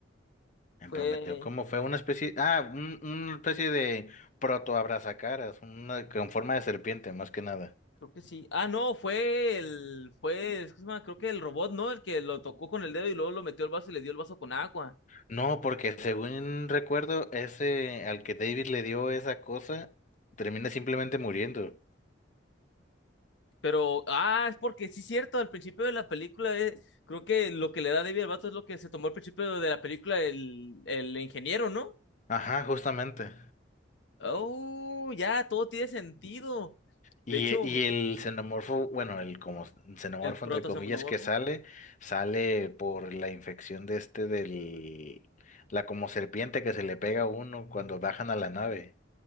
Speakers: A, on the left (about 40°); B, on the left (about 65°).
A: En
B: Fue,
A: Prometeo, ¿cómo fue? Una especie, ah, un- una especie de protoabrazacaras, una con forma de serpiente, más que nada.
B: creo que sí. Ah, no, fue el, fue, ¿cómo se llama? creo que el robot, ¿no? El que lo tocó con el dedo y luego lo metió al vaso y le dio el vaso con agua.
A: No, porque según recuerdo, ese al que David le dio esa cosa, termina simplemente muriendo.
B: Pero, ah, es porque sí es cierto, al principio de la película, eh, creo que lo que le da David al vato es lo que se tomó al principio de la película el, el ingeniero, ¿no?
A: Ajá, justamente.
B: Oh, ya, todo tiene sentido.
A: Y,
B: De hecho,
A: e- y el xenomorfo, bueno, el como xenomorfo
B: el protozoomorfo,
A: entre comillas que sale, sale por la infección de este del, la como serpiente que se le pega a uno cuando bajan a la nave.